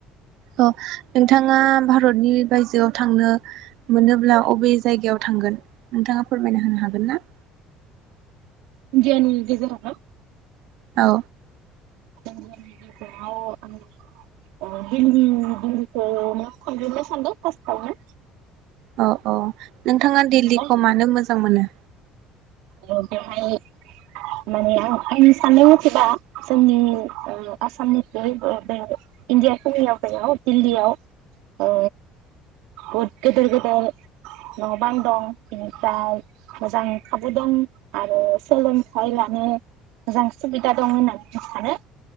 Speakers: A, on the right (about 65°); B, on the right (about 80°).
A: अह नोंथाङा भारतनि बायजोआव थांनो मोनोब्ला अबे जायगायाव थांगोन नोंथाङा फोरमायना होनो हागोन ना?
B: इन्डियानि गेजेरावना?
A: औ।
B: इन्डियानि गेजेराव उम अह दिल्ली दिल्लीखौनो थांगोरनो सानदों फार्स्टावनो।
A: औ औ नोंथाङा दिल्लीखौ
B: नालाय
A: मानो मोजां मोनो?
B: ओ बेवहाय माने आं आंनि साननाय मथेबा जोंनि ओ आसामनिफ्राय बे इण्डियाफोरनियाव बेयाव दिल्लीयाव ओ बहुद गोदोर गोदोर न' बां दं बेनिफ्राय मोजां खा दं आरो सोलोंथाइ लानो मोजां सुबिदा दं होननानै आं सानो।